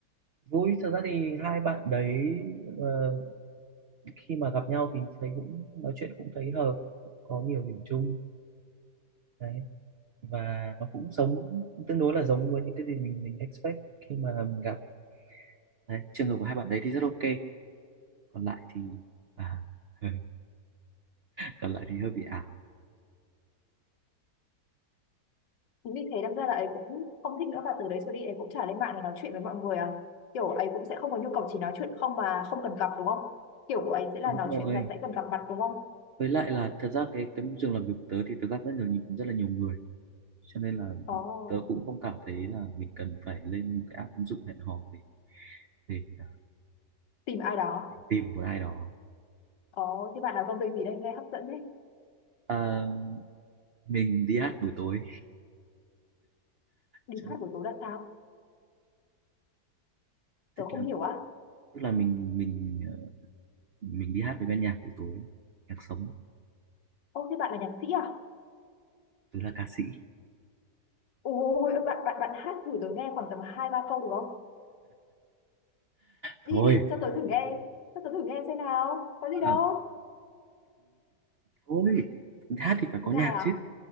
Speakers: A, on the right; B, on the left.
A: vui thật ra thì hai bạn đấy ờ, khi mà gặp nhau thì thấy cũng nói chuyện cũng thấy hợp cũng có nhiều điểm chung đấy và nó cũng giống tương đối là giống với những cái gì mình mình expect khi mà mình gặp Đấy, trường hợp của hai bạn đấy thì rất ok còn lại thì à, <laughs> còn lại thì hơi bị ảo
B: Chính vì thế đâm ra là ấy cũng không thích nữa và từ đấy trở đi ấy cũng chả lên mạng để nói chuyện với mọi người à kiểu ấy cũng sẽ không có nhu cầu chỉ nói chuyện không mà không cần gặp đúng không? Kiểu của ấy sẽ là
A: đúng
B: nói
A: rồi
B: chuyện và sẽ cần gặp mặt đúng không?
A: với lại là thật ra cái cái môi trường làm việc của tớ thì tớ gặp rất nhiều nhị- rất là nhiều người cho nên là
B: Ồ,
A: tớ cũng không cảm thấy là mình cần phải lên một cái app ứng dụng hẹn hò để để, à,
B: tìm ai đó.
A: để tìm một ai đó
B: Ồ, thế bạn làm công việc gì đây nghe hấp dẫn đấy.
A: à, mình đi hát buổi tối
B: Đi
A: cho
B: hát
A: nên,
B: buổi tối là sao? Tớ
A: tức
B: không
A: là
B: hiểu á.
A: tức là mình mình ờ, mình đi hát với ban nhạc buổi tối nhạc sống
B: Ô thế bạn là nhạc sĩ à?
A: tớ là ca sĩ
B: Ôi bạn bạn bạn hát thử tớ nghe khoảng tầm hai ba câu được không?
A: thôi
B: Đi đi cho tớ thử nghe, cho tớ thử nghe xem nào. Có gì
A: ờ,
B: đâu.
A: thôi hát thì phải
B: Ngại
A: có nhạc
B: à?
A: chứ